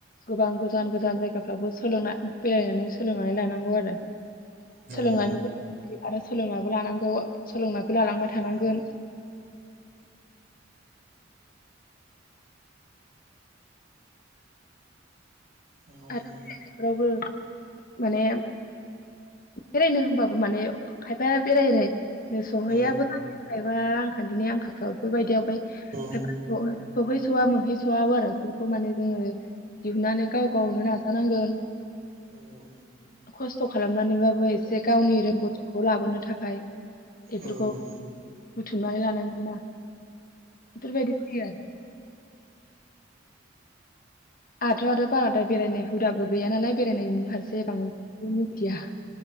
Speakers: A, on the left; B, on the right.
A: गोबां गोजान गोज जान जायगाफ्रावबो सोलोंना बेरायनानै सोलोंनानै लानांगौ आरो।
B: नंगौ
A: सोलोंनानैबो <inaudible> आरो सोलोंनाबो लानांगौ सोलोंना बो लालांबाय
B: औ
A: थानांगोन।
B: नंगौ
A: आरो
B: नंगौ
A: रावबो माने बेरायनो होमबाबो माने खायफाया बेरायनाय नो सहैयाबो
B: औ
A: <unintelligible> बा रांखान्थिनि आंखालफ्राव बेफोरबायदियाव फाय खायफा
B: औ औ
A: <unintelligible> सौहैस'वा मोनहैस'व आरो बेफोरखौ माने जोङो दिहुननानै गाव गावनो नाजानांगोन।
B: औ औ
A: खस्थ' खालामनानैबाबो एसे गावनि रोंगौथिखौ लाबोनो थाखाय। बेफोरखौ
B: औ
A: बुथुमनानै लानांगोनना। बेफोरबादि फैयो आरो। आहाथ' आरो बाराद्राय बेरायनाय हुदाबो गैया नालाय बेरायनायनि फारसे बां मिथिया।